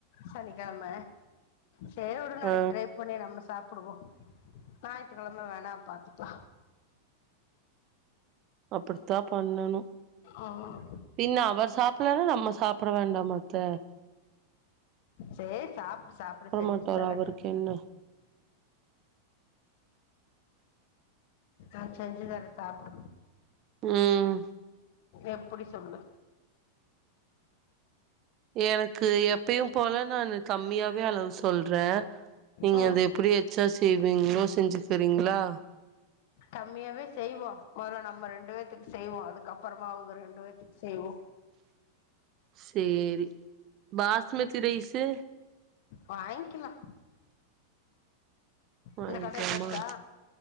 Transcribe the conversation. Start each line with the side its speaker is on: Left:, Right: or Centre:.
Left: சனிகிழம செரி வுடு நாளைக்
Right: ஆ
Left: ட்ரை பண்ணி நம்ம சாப்ட் ப்புடுவோ ஞாயித்துகிழம வேணா பாத்துக்லா
Right: அப்டித்தா பண்ணணு
Left: ம்
Right: பின்ன அவர் சாப்லன்னா நம்ம சாப்ட வேண்டா த்த
Left: சேரி சாப்டு சாப்டு செஞ்சு
Right: மாட்டாரு
Left: தரே
Right: அவருக்கு என்ன
Left: ஆஹ் செஞ்சு தர சாப்டு
Right: உம்ம்
Left: எப்புடி சொல்லு
Right: எனக்கு எப்பயும் போல நானு கம்மியாவே அளவு சொல்ற நீங்க
Left: ம்
Right: அத எப்டி எச்சா செய்வீங்ளோ செஞ்சுக்கறீங்களா
Left: கம்மியாவே செய்வோ மொதல்ல நம்ம ரெண்டு பேத்துக்கு செய்வோ அதுகு அப்பறமா அவங்க ரெண்டு பேத்துக்கு செய்வோ
Right: சேரி பாசுமதிதிரைசு
Left: வாங்கில்லா
Right: வாங்கிலாமா
Left: இந்த கடையில இருக்கா